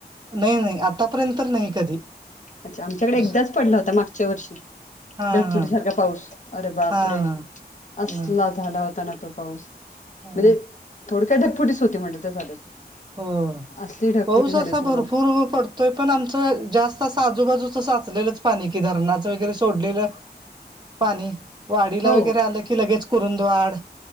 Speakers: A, on the right; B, on the left.
A: नाही नाही आतापर्यंत तर नाही कधी
B: अच्छा आमच्याकडे
A: दुस
B: एकदाच पडला होता मागच्या वर्षी
A: हा
B: ढगफुटी
A: हा
B: सारखा पाऊस अरे बाप
A: हा
B: रे
A: हा
B: असला
A: नाही
B: झाला होता ना तो पाऊस
A: हा
B: म्हणजे थोडक्यात ढगफुटी च होती म्हटल तर चालेल
A: हो
B: असली ढगफुटी
A: पाऊस
B: झाली
A: असा
B: होती तुम्हाला
A: भरपूर पडतो तो पण आमचं जास्त अस आजूबाजूच साचलेलंच पाणी, धरणाच वगैरे सोडलेल पाणी वाडीला
B: हो
A: वगैरे आ- की लगेच कुरूदवाड